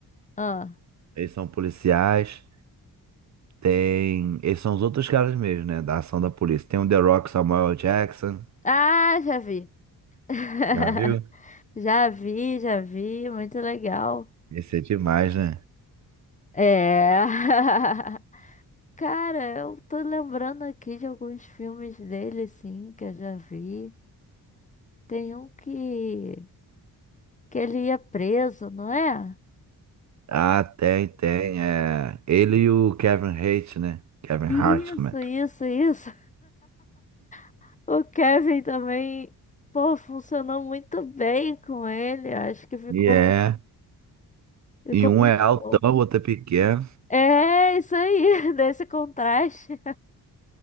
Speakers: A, on the left (about 20°); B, on the right (about 45°).
A: Ah,
B: Eles são policiais. Tem. Eles são os outros caras mesmo, né? Da ação da polícia. Tem o The Rock Samuel Jackson.
A: ah, já vi. <laughs>
B: Já viu?
A: Já vi, já vi. Muito legal.
B: Esse é demais, né?
A: É. <laughs> Cara, eu tô lembrando aqui de alguns filmes dele, sim, que eu já vi. Tem um que, que ele ia preso, não é?
B: Ah, tem, tem. É. Ele e o Kevin Hart, né? Kevin
A: Isso,
B: Hart, como é?
A: isso, isso. <laughs> O Kevin também, pô, funcionou muito bem com ele. Acho que ficou.
B: E é.
A: Ficou
B: E um
A: muito
B: é altão,
A: bom.
B: o outro é pequeno.
A: É, isso aí, <laughs> desse contraste.